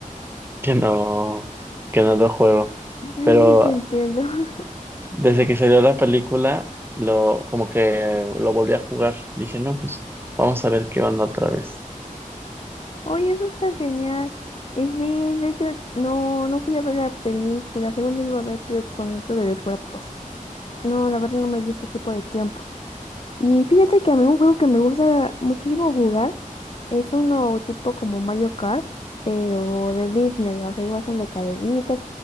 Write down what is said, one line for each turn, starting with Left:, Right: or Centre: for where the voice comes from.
Right: que no, que no lo juego.
Left: Sí,
Right: Pero
Left: sí te entiendo. <laughs>
Right: desde que salió la película, lo, como que lo volví a jugar, dije, no, pues vamos a ver qué onda otra vez.
Left: Oye, eso está genial. Y sí, de hecho, no, no fui a ver la película, según la iba a ver, pero con esto de la escuela, pues. No, la verdad no me dio este tipo de tiempo. Y fíjate que a mí un juego que me gusta muchísimo jugar es uno tipo como Mario Kart, pero de Disney. O sea, igual son de carreritas.